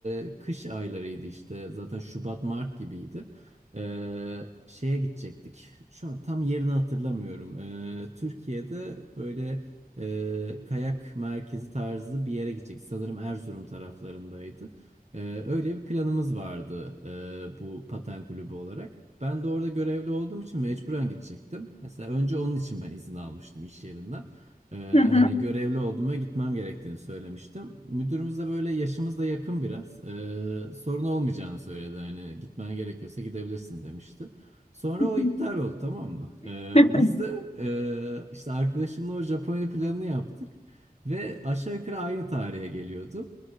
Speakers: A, on the right (about 45°); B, on the left (about 40°).
A: e, kış aylarıydı işte zaten Şubat Mart gibiydi. Ee, şeye gidecektik. Şu an tam yerini hatırlamıyorum. Ee, Türkiye'de böyle e, kayak merkezi tarzı bir yere gidecektik. Sanırım Erzurum taraflarındaydı. Ee, öyle bir planımız vardı e, bu paten kulübü olarak. Ben de orada görevli olduğum için mecburen gidecektim. Mesela önce onun için ben izin almıştım iş yerinden. Ee,
B: hı.
A: hani görevli oldum ve gitmem gerektiğini söylemiştim. Müdürümüz de böyle yaşımız da yakın biraz. Ee, sorun olmayacağını söyledi. Hani gitmen gerekiyorsa gidebilirsin demişti. Sonra
B: Hı
A: o iptal
B: hı.
A: oldu tamam mı? Ee,
B: <laughs>
A: biz de e, işte arkadaşımla o Japonya planını yaptık. Ve aşağı yukarı aynı tarihe geliyordu.